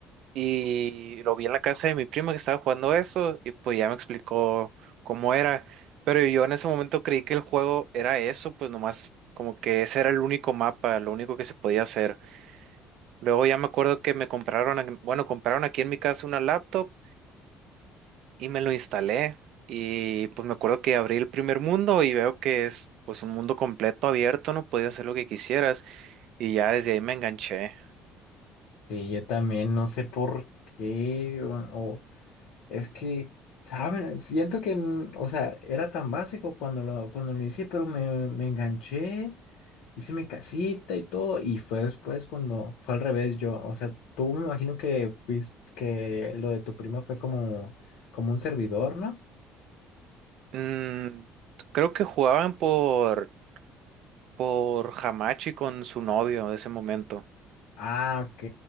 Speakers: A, on the right; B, on the left.
A: Y lo vi en la casa de mi prima que estaba jugando eso y pues ya me explicó cómo era. Pero yo en ese momento creí que el juego era eso, pues nomás como que ese era el único mapa, lo único que se podía hacer. Luego ya me acuerdo que me compraron, a- bueno, compraron aquí en mi casa una laptop y me lo instalé. Y pues me acuerdo que abrí el primer mundo y veo que es pues un mundo completo abierto, no podías hacer lo que quisieras. Y ya desde ahí me enganché.
B: Sí, yo también no sé por qué, o, o- es que, ¿saben? Siento que, n- o sea, era tan básico cuando lo, cuando lo hice, pero me, me enganché, hice mi casita y todo, y fue después cuando fue al revés yo, o sea, tú me imagino que fuiste, que lo de tu prima fue como, como un servidor, ¿no?
A: Mm, creo que jugaban por... por Hamachi con su novio de ese momento.
B: Ah, ok,